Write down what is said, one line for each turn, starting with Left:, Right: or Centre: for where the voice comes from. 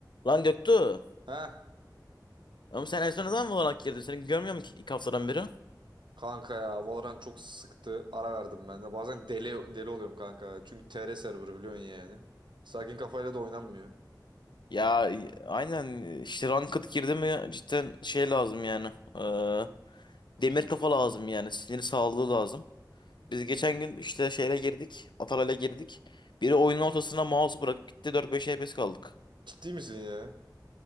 Left: Lan Göktuğ.
Right: Heh
Left: Ama sen en son ne zaman Valorant girdin? Seni görmüyor mu ki ilk haftadan beri?
Right: kanka ya Valorant çok sıktı. Ara verdim ben de. Bazen deli deli oluyorum kanka. Çünkü TR serverı biliyorsun yani. Sakin kafayla da oynanmıyor.
Left: Ya y- aynen e, işte ranked girdi mi cidden şey lazım yani. Eee demir kafa lazım yani. Sinir sağlığı lazım. Biz geçen gün işte şeyle girdik. Atalay'la girdik. Biri oyunun ortasına mouse'u bırakıp gitti 4-5 FPS kaldık.
Right: Ciddi misin ya?